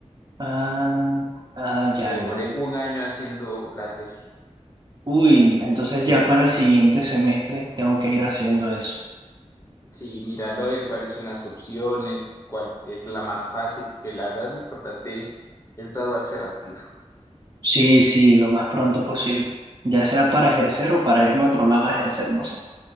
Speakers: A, on the right (about 35°); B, on the left (about 25°).
A: Ah, ah, ya,
B: Me demoré
A: ya, ya.
B: un año haciendo la tesis,
A: Uy, entonces ya para el siguiente semestre tengo que ir haciendo eso.
B: sí, mirando a ver cuáles son las opciones, cuál es la más fácil, porque la verdad lo importante es graduarse rápido.
A: Sí, sí, lo más pronto posible. Ya sea para ejercer o para irme a otro lado a ejercer, no sé.